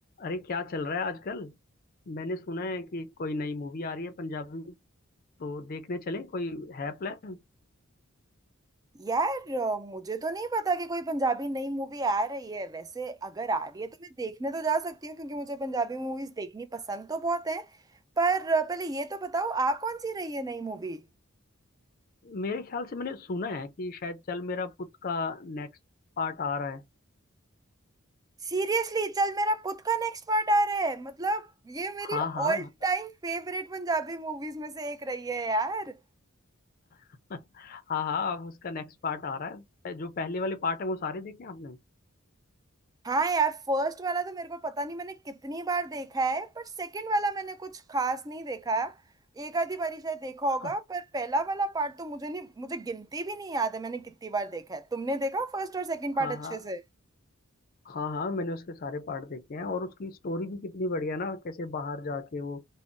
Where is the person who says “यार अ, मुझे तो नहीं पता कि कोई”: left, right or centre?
Right